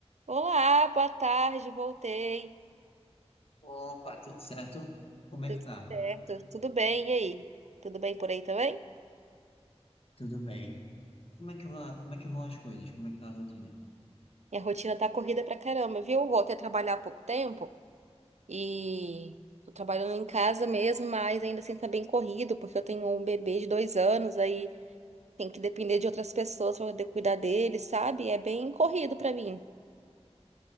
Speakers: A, on the right; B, on the left.
A: Olá, boa tarde, voltei.
B: Opa, tudo certo? Como
A: Tudo
B: é que tá?
A: certo? Tudo bem, e aí? Tudo bem por aí também?
B: Tudo bem? Como é que vai, como é que vão as coisas? Como é que tá a rotina?
A: Minha rotina tá corrida pra caramba, viu? Eu Voltei a trabalhar há pouco tempo e tô trabalhando em casa mesmo, mas ainda assim tá bem corrido, porque eu tenho um bebê de dois anos, aí tem que depender de outras pessoas pra poder cuidar dele, sabe? É bem corrido pra mim.